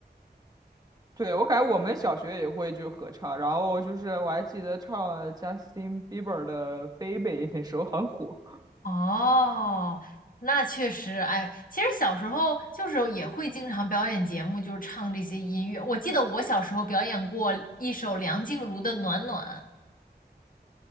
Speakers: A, on the right (about 20°); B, on the left (about 50°).
A: 对，我感觉我们小学也会就合唱，然后就是我还记得唱了 Justin Bieber 的《Baby》，那时候很火。
B: 哦，那确实，哎，其实小时候就是也会经常表演节目，就是唱这些音乐。我记得我小时候表演过一首梁静茹的《暖暖